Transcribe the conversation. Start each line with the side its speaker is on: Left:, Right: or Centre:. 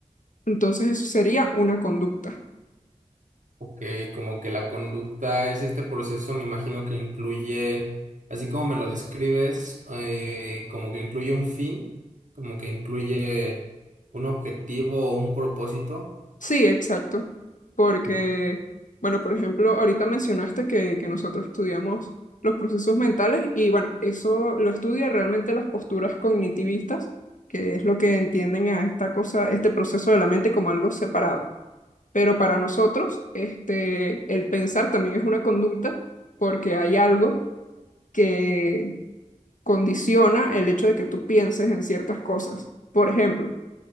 Left: Entonces eso sería una conducta.
Right: Ok, como que la conducta es este proceso, me imagino que incluye, así como me lo describes, eh, como que incluye un fin, como que incluye un objetivo o un propósito.
Left: Sí, exacto. Porque,
Right: O-
Left: bueno, por ejemplo, ahorita mencionaste que, que nosotros estudiamos los procesos mentales y bueno, eso lo estudia realmente las posturas cognitivistas, que es lo que entienden a esta cosa, este proceso de la mente como algo separado. Pero para nosotros, este, el pensar también es una conducta porque hay algo que condiciona el hecho de que tú pienses en ciertas cosas. Por ejemplo,